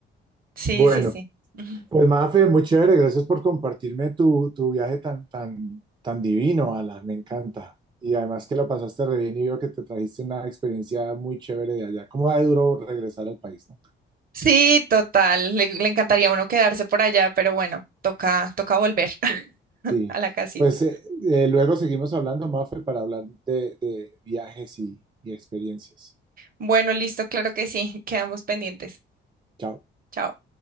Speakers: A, on the right; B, on the right.
A: Sí,
B: Bueno,
A: sí, sí. <laughs>
B: pues Mafe, muy chévere, gracias por compartirme tu, tu viaje tan, tan, tan divino, Ala, me encanta. Y además que la pasaste re bien y veo que te trajiste una experiencia muy chévere de allá. ¿Cómo va de duro regresar al país, no?
A: Sí, total. Le, le encantaría a uno quedarse por allá, pero bueno, toca, toca volver <laughs>
B: Sí,
A: a la casita.
B: pues eh, eh, luego seguimos hablando, Mafe, para hablar de, de viajes y, y experiencias.
A: Bueno, listo, claro que sí. Quedamos pendientes.
B: Chao.
A: Chao.